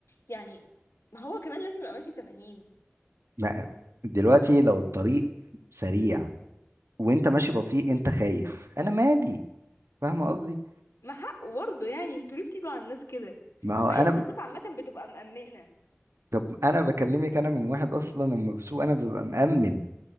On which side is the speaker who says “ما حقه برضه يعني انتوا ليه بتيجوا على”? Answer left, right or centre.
Left